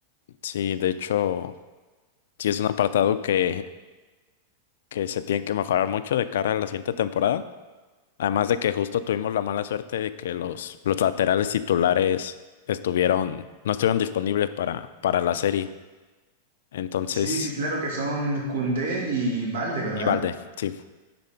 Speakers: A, on the left; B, on the right.
A: Sí, de hecho, sí es un apartado que, que se tiene que mejorar mucho de cara a la siguiente temporada. Además de que justo tuvimos la mala suerte de que los, los laterales titulares estuvieron, no estuvieron disponibles para, para la serie. Entonces,
B: Sí, sí, claro que son Koundé y Valde, ¿verdad?
A: y Valde, sí.